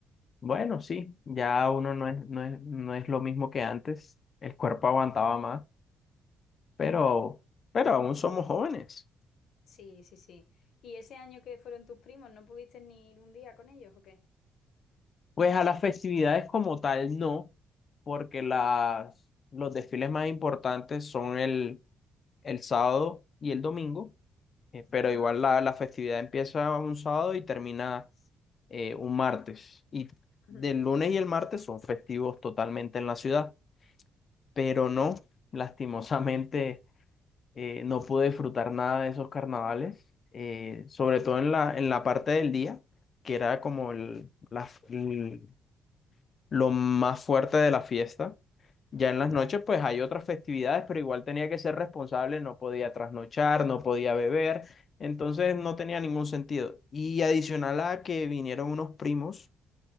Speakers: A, on the left (about 45°); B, on the left (about 70°).
A: Bueno, sí, ya uno no es, no es, no es lo mismo que antes. El cuerpo aguantaba más. pero, pero aún somos jóvenes.
B: Sí, sí, sí. ¿Y ese año que fueron tus primos, no pudiste ni ir un día con ellos o qué?
A: Pues a las festividades como tal no, porque las, los desfiles más importantes son el, el sábado y el domingo, eh, pero
B: Ajá.
A: igual la, la festividad empieza un sábado y termina eh, un martes. Y
B: Ujú.
A: del lunes y el martes son festivos totalmente en la ciudad, pero no, <laughs> lastimosamente. eh, no pude disfrutar nada de esos carnavales, eh, sobre todo en la, en la parte del día, que era como el- la f- el- lo más fuerte de la fiesta. Ya en las
B: Claro.
A: noches, pues hay otras festividades, pero igual tenía que ser responsable, no podía trasnochar, no podía beber, entonces no tenía ningún sentido. Y adicional a que vinieron unos primos